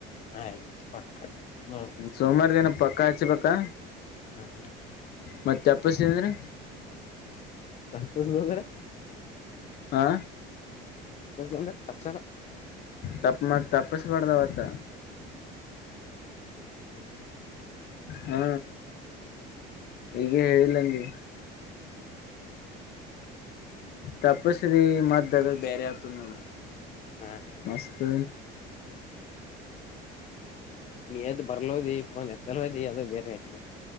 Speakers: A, on the left; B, on the left.
A: ಆಯ್ತು ಪಕ್ಕ ನೋಡ
B: ಸೋಮಾರ ದಿನ ಪಕ್ಕಾ ಹಚ್ಚಬೇಕಾ.
A: ಹ್ಮ
B: ಮತ್ತೆ ತಪ್ಪಿಸಿದೆ ಅಂದ್ರೆ
A: ಬ್ರ
B: ಹಾ
A: ಬ ಅ ತಪ್ಸರ
B: ತಪ್ಪ ಮ ತಪ್ಪಸ್ ಪಡ್ದಾವತ್ತ
A: ಹ್ಮ
B: ಹಾ ಈಗ ಹೇಳಿಲ್ಲಂಗೆ ತಪ್ಪಿಸ್ದಿ ಮತ್ ಅದು ಬೇರೆ ಆಗ್ತ ನೋಡ
A: ಹಾಂ
B: ಮಸ್ತ
A: ನೀ ಎದ್ ಬರ್ಲೋದಿ ಇ ಪನ್ ಎತ್ತಲೋದಿ ಅದು ಬೇರೆ ಆಯತ